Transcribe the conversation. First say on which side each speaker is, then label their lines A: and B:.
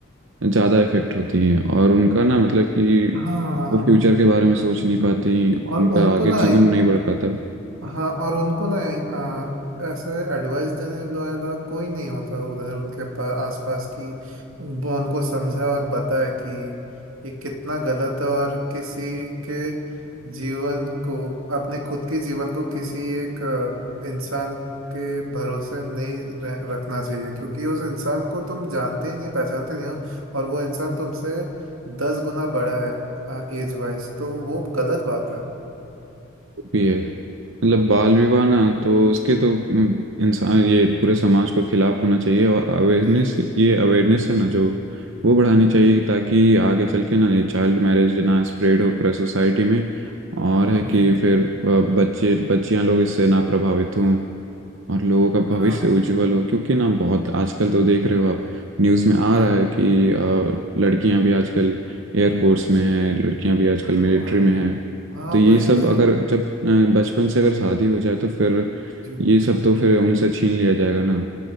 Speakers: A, on the right; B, on the right.
A: ज़्यादा इफेक्ट होती हैं और उनका ना मतलब कि
B: हाँ
A: वो फ्यूचर के बारे में सोच नहीं पाती और
B: और
A: उनका
B: उनको
A: आगे
B: ना
A: जीवन नहीं बढ़ पाता
B: हाँ और उनको ना आ, ऐसे एडवाइस देने वाला कोई नहीं होता उधर उनके पास आसपास की वो उनको समझा और बताए कि ये कितना गलत है और किसी के जीवन को अपने खुद के जीवन को किसी एक आ, इंसान के भरोसे नहीं रह, रखना चाहिए क्योंकि उस इंसान को तुम जानते ही नहीं पहचानते नहीं हो और वो इंसान तुमसे दस गुना बड़ा है एज वाइज तो वो गलत बात है
A: भी है मतलब बाल
B: हाँ
A: विवाह ना तो उसके तो अम, इंसान ये पूरे समाज को खिलाफ होना चाहिए और अवेयरनेस
B: जी जी जी
A: ये अवेयरनेस है ना जो वो बढ़ानी चाहिए ताकि आगे चल के ना ये चाइल्ड मैरिज ना स्प्रेड हो पूरे सोसाइटी में
B: हाँ
A: और है कि
B: वही
A: फिर अ, बच्चे बच्चियां लोग इससे ना प्रभावित हों और लोगों का भविष्य
B: हाँ
A: उज्जवल हो क्योंकि ना बहुत आजकल तो देख रहे हो आप न्यूज़ में आ
B: हाँ
A: रहा है कि अ, लड़कियां भी आजकल एयरफोर्स में हैं लड़कियां भी आजकल
B: हाँ
A: मिलिट्री में हैं
B: हाँ
A: तो ये
B: वही
A: सब
B: वही
A: अगर जब अ, बचपन से अगर शादी हो जाए तो फिर
B: जी
A: ये सब तो फिर उनसे छीन लिया जाएगा ना